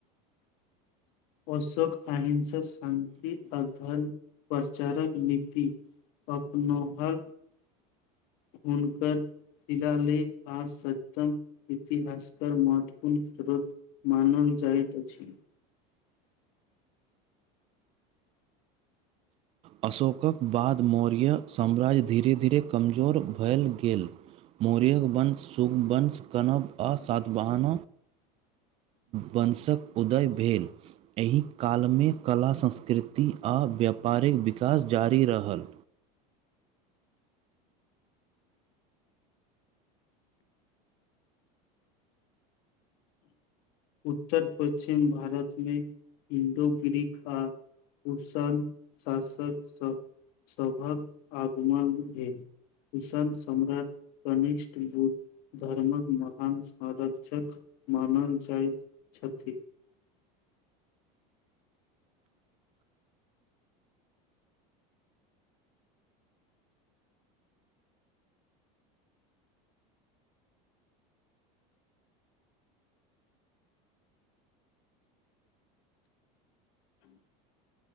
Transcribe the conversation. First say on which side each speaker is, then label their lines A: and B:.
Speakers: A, on the left; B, on the right.
A: अशोक अहिंसा शान्ति अधर्म प्रचारक नीति अपनौलनि हुनकर शिलालेख आ सत्तम इतिहासकार महत्वपूर्ण स्रोत मानल जाइत अछि
B: अशोकक बाद मौर्य साम्राज्य धीरे धीरे कमजोर भैल गेल मौर्य वंश शुंग वंश कणब आ सातवाहान वंशक उदय भेल एहि कालमे कला संस्कृति आ व्यापार पारिक विकास जारी रहल
A: उत्तर पश्चिम भारतमे हिन्दू ग्रीक आ कुसान शासक सभ सभक आगमन भेल किसान सम्राट कनिष्ठ बुद्ध धर्मक महान संरक्षक मानल जाइत छथि
B: <inaudible>